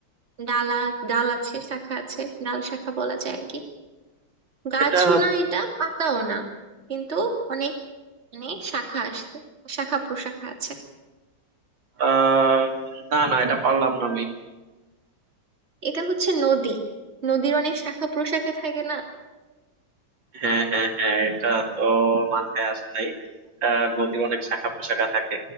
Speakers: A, on the right (about 35°); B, on the right (about 80°).
A: ডালা ডাল আছে শাখা আছে ডাল শাখা বলা যায় আর কি গাছও
B: এটা
A: না এটা পাতাও না কিন্তু অনেক মানে শাখা আসছে শাখা প্রশাখা আছে
B: আহ না না এটা পারলাম না আমি
A: এটা হচ্ছে নদী নদীর অনেক শাখা প্রশাখা থাকে না
B: হ্যাঁ হ্যাঁ হ্যাঁ এটা তো মাথায় আসে নাই আহ নদীর অনেক শাখা প্রশাখা থাকে